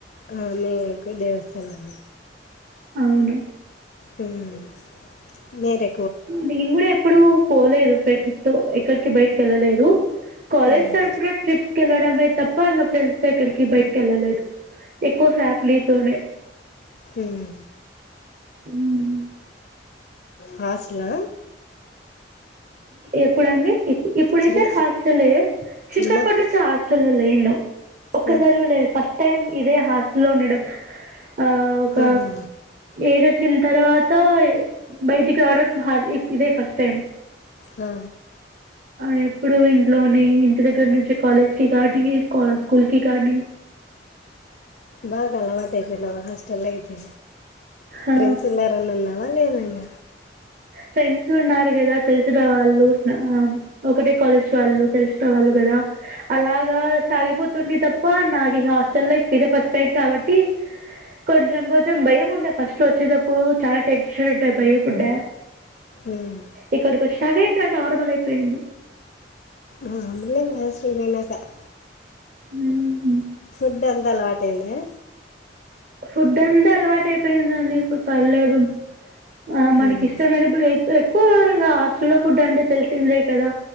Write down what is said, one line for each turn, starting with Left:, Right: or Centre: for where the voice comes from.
Left: ఆ మేము ఎక్కువ దేవస్థలాం
Right: అవును
Left: మ్మ్ మీరే
Right: మ్మ్ నేను కూడా ఎప్పుడు పోలేదు ఫ్రెండ్ డు ఎక్కడికి బయటకి వెళ్ళలేదు కాలేజ్
Left: ఉమ్
Right: తరఫున ట్రిప్స్కి వెళ్లడం అయితే తప్ప నా ఫ్రెండ్స్ తో ఎక్కడికి బయటికి వెళ్ళలేదు ఎక్కువ శాప్లీతోనే
Left: ఉమ్
Right: మ్మ్
Left: హాస్టల
Right: ఎప్పుడు అండి ఇప్పు ఇప్పుడైతే
Left: చిన్న
Right: హాస్టలే చిన్నప్పటి
Left: చిన్నప్పు
Right: నుంచి హాస్టల్లో లేను ఒక్కసారి
Left: ఉమ్
Right: లేదు ఫస్ట్ టైం ఇదే హాస్టల్లో ఉండడం ఆ ఒక
Left: ఉహు
Right: ఏడు వచ్చిన తర్వాత బయటికి రావడం హ ఇదే ఫస్ట్ టైం
Left: ఆ
Right: ఆ ఇప్పుడు ఇంట్లో నీ ఇంటి దగ్గర నుంచి కాలేజ్కి కానీ ఆ స్కూల్ కి కానీ
Left: బాగా అలవాటైపోయినావ్ హాస్టల్లో అయితే
Right: ఆ
Left: ఫ్రెండ్స్ ఉన్నారని ఉన్నావ లేదా నీ
Right: ఫ్రెండ్స్ ఉన్నారు కదా తెలిసిన వాళ్ళు ఆ ఒకటే కాలేజ్ వాళ్ళు తెలిసిన వాళ్ళు అలా అలాగా సాగిపోతుంది తప్ప నాకిక హాస్టల్ లైఫ్ ఇదే ఫస్ట్ టైం కాబట్టి కొంచెం కొంచెం భయం ఉండే ఫస్ట్ లో వచ్చేటప్పుడు చాలా టెన్షన్ ఉండే భయపడ్డ
Left: ఉమ్
Right: ఇక్కడికి వచ్చినాకె ఇక్కడ నార్మల్ అయిపోయింది
Left: ఆ అలంగా వసలునాక <unintelligible>
Right: మ్మ్ హు
Left: ఫుడ్ అంతా అలవాటైందా
Right: ఫుడ్ అంతా అలవాటు అయిపోయిందండి ఇప్పుడు పర్లేదు ఆ మనకి
Left: ఉమ్
Right: ఇష్టమైనప్పుడు ఎక్కు ఎక్కువ ఇంకా హాస్టల్లో ఫుడ్ అంటే తెలిసిందే కదా